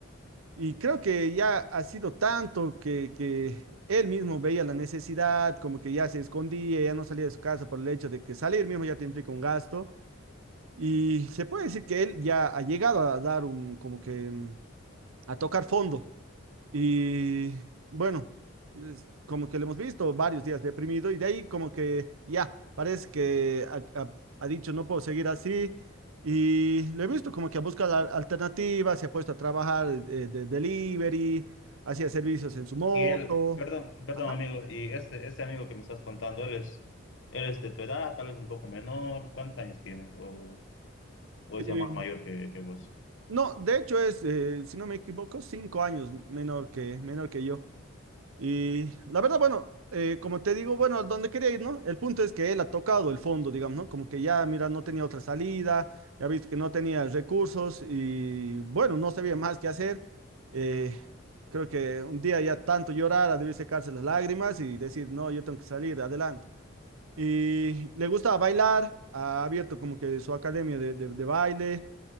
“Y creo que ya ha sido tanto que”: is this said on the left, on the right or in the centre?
Right